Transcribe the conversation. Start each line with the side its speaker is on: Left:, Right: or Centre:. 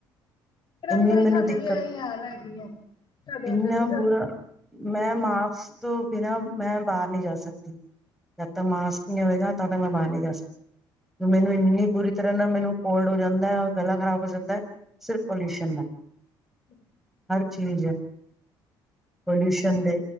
Left: ਤੇਰਾ
Centre: ਇੰਨੀ
Left: ਵੀ ਇਹੀ
Centre: ਮੈਨੂੰ
Left: ਸਾਡਾ
Centre: ਦਿੱਕਤ
Left: ਵੀ ਇਹੀ ਹਾਲ ਹੈਗੀ ਹੈ। ਸਾਡੇ
Centre: ਇੰਨਾ
Left: ਇੱਧਰ ਵੀ
Centre: ਬੁਰਾ, ਮੈਂ ਮਾਸਕ ਤੋਂ ਬਿਨਾਂ ਮੈਂ ਬਾਹਰ ਨਹੀ ਜਾ ਸਕਦੀ, ਜਦ ਤੱਕ ਮਾਸਕ ਨਹੀਂ ਹੋਵੇਗਾ ਤਦ ਤੱਕ ਮੈਂ ਬਾਹਰ ਨਹੀਂ ਜਾ ਸਕਦੀ, ਮੈਨੂੰ ਇੰਨੀ ਬੁਰੀ ਤਰ੍ਹਾਂ ਨਾ ਮੈਨੂੰ ਕੋਲਡ ਹੋ ਜਾਂਦਾ ਹੈ, ਔਰ ਗਲਾ ਖ਼ਰਾਬ ਹੋ ਜਾਂਦਾ ਹੈ, ਸਿਰਫ ਪੋਲਿਊਸ਼ਨ ਨਾਲ
Left: <unintelligible>
Centre: ਹਰ ਚੀਜ਼ ਪੋਲਿਊਸ਼ਨ ਦੇ